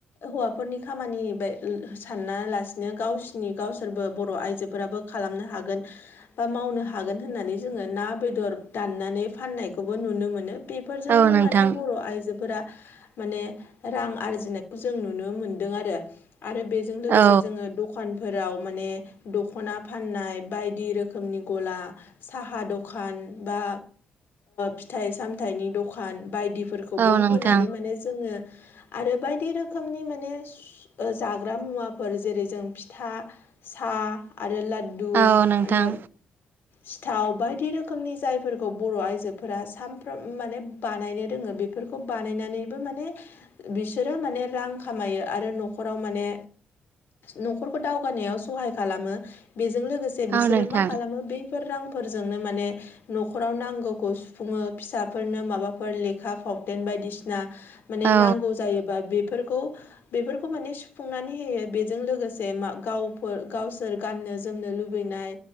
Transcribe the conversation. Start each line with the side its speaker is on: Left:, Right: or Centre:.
Left: हौवाफोरनि खामानि बे <unintelligible> साना लासिनो गावसिनि गावसोरबो बर' आइजोफोराबो खालामनो हागोन। बा मावनो हागोन होननानै जोङो ना बेदर दाननानै फाननायखौबो नुनो मोनो। बेफोरजोंबो
Right: औ नोंथां
Left: माने बर' आइजोफोरा माने रां आरजिनायखौ जों नुनो मोनदों आरो आरो बेजों लोगोसे
Right: औ
Left: जोङो द खानफोराव माने दख'ना फाननाय बायदि रोखोमनि गला साहा दखान बा फिथाइ सामथाइनि दखान बायदिफोरखौ
Right: औ
Left: बो
Right: नोंथां
Left: होनानै मानि जोङो आरो बायदि रोखोमनि मानि ओ जा ग्रा मुवाफोर जेरै जों फिथा साहा आरो ला दु
Right: औ
Left: माने
Right: नोंथां
Left: सिथाव बायदि रोखोमनि जायफोरखौ बर' आइजोफोरा सामफ्रोम माने बानायनो रोङो बेफोरखौ बानायनानैबो माने बिसोरो माने रां खामायो आरो न'खराव माने न'खरखौ दावगानायाव सहाय खालामो बेजों लोगोसे बिसोरो
Right: औ नोंथां
Left: मा खालामो बै फोर रांफोरजोंनो माने न'खराव नांगौखौ सुफुङो फिसाफोरनो माबाफोर लेखा फावथेन बायदिसिना माने
Right: औ
Left: नांगौ जायोबा बेफोरखौ बेफोरखौ माने सुफुंनानै होयो बेजों लोगोसे मा गावफोर गावसोर गाननो जोमनो लुबैनाय